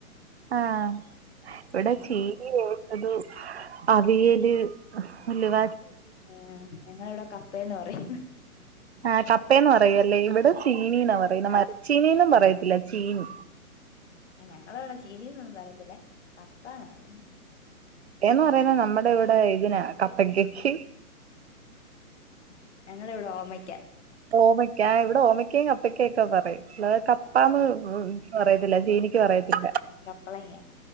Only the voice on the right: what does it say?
ആഹ് വിടെ
ചീനി വേവി അതു അവിയല്, ഉലുവ
ആ കപ്പയന്ന് പറയു അല്ലേ, ഇവിടെ ചീനീന്ന
പറയുന്ന, മരച്ചീനീന്നും പറയത്തില്ല ചീനി
ഏന്ന് പറയുന്നത് നമ്മുടെ ഇവിടെ ഇതിനാ, കപ്പയ്ക്ക്
ഓമയ്ക്ക ഏ ഇവിടെ ഓമയ്ക്കയും കപ്പക്കെയൊക്കെ പറയും കപ്പാന്ന്
പറയത്തില്ല. ചീനിക്ക് പറയത്തില്ല